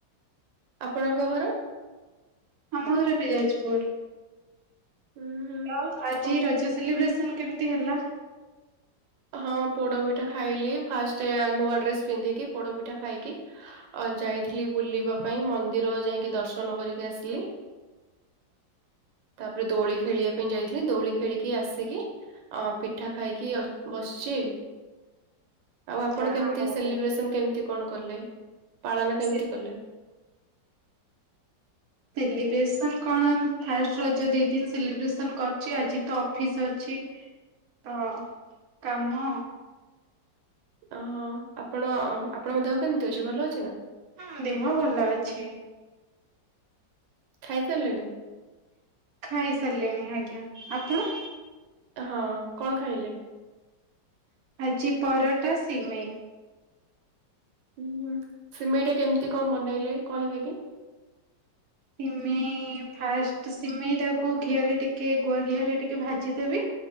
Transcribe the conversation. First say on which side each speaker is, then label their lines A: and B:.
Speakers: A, on the right (about 90°); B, on the right (about 65°).
A: ଆପଣଙ୍କ ଘର।
B: ଆମ ଘର ବି ଯାଜପୁର।
A: ହୁଁ ହୁଁ।
B: ଆଉ ଆଜି
A: କ-
B: ରଜ ସେଲିବ୍ରେସନ୍ କେମିତି ହେଲା।
A: ହଁ ପୋଡପିଠା ଖାଇଲି। ଫାଷ୍ଟ, ନୂଆ ଡ୍ରେସ୍ ପିନ୍ଧିକି ପୋଡ ପିଠା ଖାଇକି ଅ ଜାଇଥିଲି ବୁଲିବା ପାଇଁ, ମନ୍ଦିର ଜାଇକି ଦର୍ଶନ କରିକି ଆସିଲି।
B: <unintelligible>
A: ତାପରେ ଦୋଳି ଖେଳିବା ପାଇଁ ଜାଇଥିଲି। ଦୋଳି ଖେଳିକି ଆସିକି ଅ ପିଠା ଖାଇକି ଅ ବସିଛି। ଆଉ ଆପଣ
B: ଯାହା
A: କେମତି
B: ହଉ
A: ସେଲିବ୍ରେସନ୍, କେମିତି କଣ କଲେ ପାଳନ କେମିତି
B: ସେ
A: କଲେ?
B: ସେଲିବ୍ରେସନ୍ କଣ? ଫାଷ୍ଟ ରଜ ଦି ଦିନ ସେଲିବ୍ରେସନ୍ କରିଛି। ଆଜି ତ ଅଫିସ୍ ଅଛି। ତ କାମ
A: ଓହୋ, ଆପଣ ଆପଣଙ୍କ ଦେହ କେମିତି ଅଛି? ଭଲ ଅଛି ନା!
B: ହଁ ଦେହ ଭଲ ଅଛି।
A: ଖାଇ ସାରିଲେଣି?
B: ଖାଇ ସାରିଲିଣି। ଆଜ୍ଞା, ଆପଣ
A: ହଁ, କଣ ଖାଇଲେ?
B: ଆଜି ପରଟା ସିମେଇ।
A: ହୁଁ, ସିମେଇଟା କେମିତି କଣ ବନେଇଲେ? କହିବେ କି?
B: ସିମେଇ! ଫାଷ୍ଟ ସିମେଇଟାକୁ ଘିଅରେ ଟିକେ ଗୁଆ ଘିଅରେ ଟିକେ ଭାଜିଦେବେ।